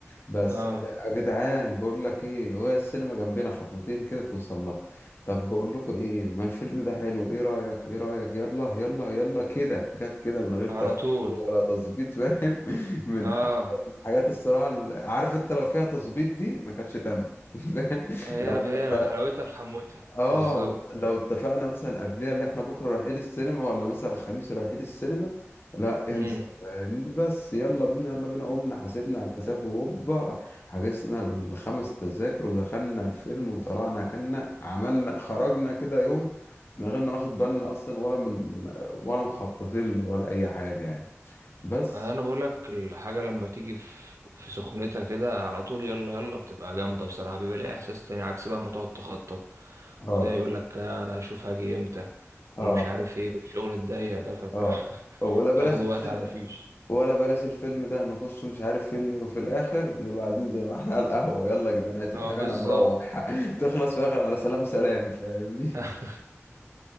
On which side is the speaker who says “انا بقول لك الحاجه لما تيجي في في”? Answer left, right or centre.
Right